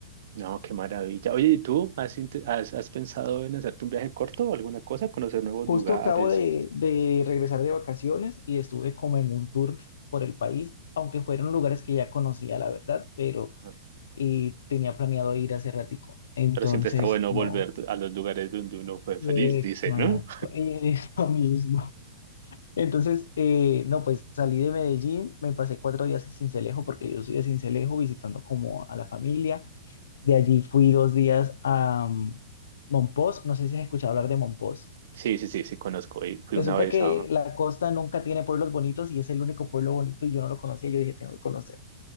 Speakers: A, on the right; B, on the left.
A: No, qué maravilla. Oye, ¿y tú has, int- has, has pensado en hacerte un viaje corto o alguna cosa? Conocer nuevos
B: Justo
A: lugares.
B: acabo de,
A: o-
B: de regresar de vacaciones y estuve como en un tour por el país, aunque fueron lugares que ya conocía, la verdad, pero
A: ah,
B: y tenía planeado ir hace ratico. Entonces,
A: Pero siempre está bueno
B: no.
A: volver a los lugares donde uno fue
B: Exacto,
A: feliz, dice, ¿no?
B: <laughs> eso mismo. Entonces, eh, no, pues salí de Medellín, me pasé cuatro días en Sincelejo porque yo soy de Sincelejo visitando como a la familia. De allí fui dos días a mm, Mompós, no sé si has escuchado hablar de Mompós.
A: Sí, sí, sí, sí, conozco. Y fui
B: Resulta
A: una vez
B: que
A: a...
B: la costa nunca tiene pueblos bonitos y es el único pueblo bonito y yo no lo conocía, yo dije, tengo que conocer.